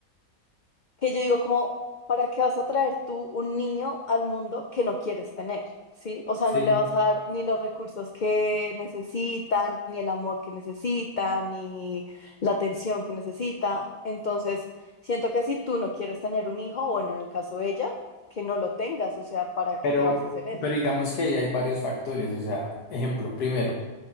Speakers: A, on the left; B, on the left.
A: que yo digo como, ¿para qué vas a traer tú un niño al mundo que no quieres tener? ¿Sí? O sea,
B: Sí.
A: no le vas a dar ni los recursos que necesitan, ni el amor que necesita, ni la atención que necesita. Entonces, siento que si tú no quieres tener un hijo, bueno, en el caso de ella, que no lo tengas, o sea, ¿para
B: Pero,
A: qué vas a hacer eso?
B: pero digamos que ahí hay varios factores. O sea, ejemplo, primero.